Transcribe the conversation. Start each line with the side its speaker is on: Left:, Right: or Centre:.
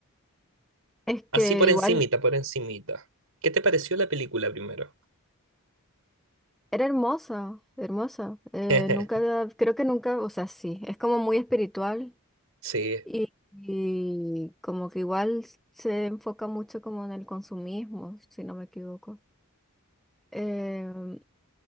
Centre: Es
Right: Así
Centre: que
Right: por encimita,
Centre: igual...
Right: por encimita. ¿Qué te pareció la película primero?
Centre: Era hermosa, hermosa. Eh,
Right: <laughs>
Centre: nunca había- creo que nunca, o sea, sí, es como muy espiritual
Right: Sí.
Centre: y, y como que igual se enfoca mucho como en el consumismo, si no me equivoco. Em,